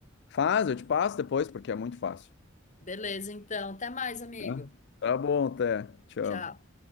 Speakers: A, on the left; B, on the left.
A: Faz, eu te passo depois, porque é muito fácil.
B: Beleza, então. Até mais, amigo.
A: Tá Tá bom, até. Tchau.
B: Tchau.